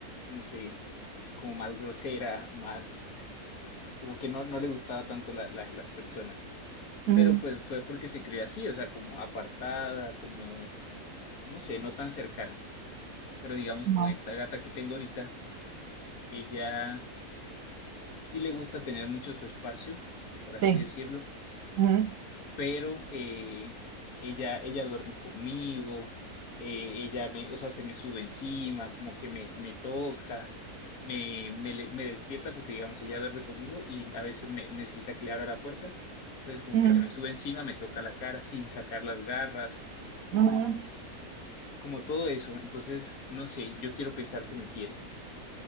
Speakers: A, on the left; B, on the right.
A: no sé, como más grosera, más, <laughs> como que no, no le gustaba tanto la- la- las personas.
B: ujú.
A: Pero pues fue porque se crió así, o sea, como apartada, como, no sé, no tan cercana. Pero digamos,
B: No,
A: con esta gata que tengo ahorita, ella sí le gusta tener mucho su espacio, por así
B: Sí.
A: decirlo,
B: ujú,
A: pero eh, ella, ella duerme conmigo, eh, ella me, o sea, se me sube encima, como que me, me toca, me, me, le- me despierta porque, digamos, ella duerme conmigo y a veces me necesita que le abra la puerta. Entonces, como
B: ujú,
A: que se me sube encima, me toca la cara sin sacar las garras,
B: ujú.
A: como todo eso. Entonces, no sé, yo quiero pensar que me quiere.